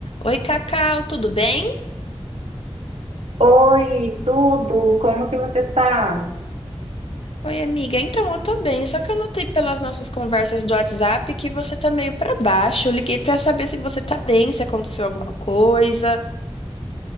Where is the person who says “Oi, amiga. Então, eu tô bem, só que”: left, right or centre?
Left